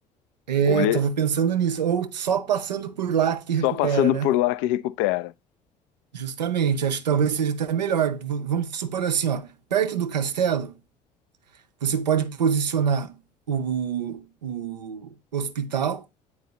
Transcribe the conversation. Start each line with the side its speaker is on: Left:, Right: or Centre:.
Right: É,
Left: Ou ele
Right: eu tava
Left: é
Right: pensando nisso. Ou só passando por lá que
Left: só
Right: recupera,
Left: passando
Right: né?
Left: por lá que recupera?
Right: Justamente, acho que talvez seja até melhor. V- vamos supor assim, ó, perto do castelo, você pode posicionar o, o hospital